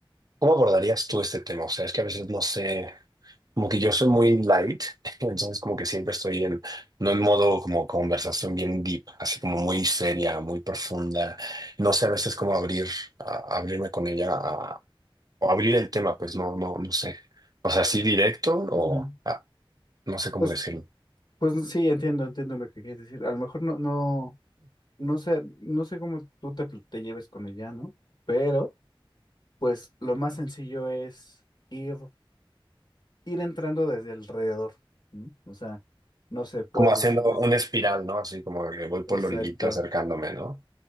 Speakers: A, on the right; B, on the left.
A: cómo abordarías tú este tema? O sea, es que a veces no sé, como que yo soy muy light, <laughs> entonces como que siempre estoy en, no en modo como conversación bien deep, así como muy seria, muy profunda. No sé a veces cómo abrir, a- abrirme con ella o abrir el tema, pues no, no, no sé. O sea, así directo o
B: Ujú.
A: ah, no sé cómo
B: Pues,
A: decirlo.
B: pues sí, entiendo, entiendo lo que quieres decir. A lo mejor no, no, no sé, no sé cómo tú te, pl- te lleves con ella, ¿no? Pero, pues lo más sencillo es ir, ir entrando desde alrededor, ¿no? O sea, no sé, puedes
A: Como haciendo
B: decirle.
A: una espiral, ¿no? Así como que voy por
B: Exacto.
A: la orillita acercándome, ¿no?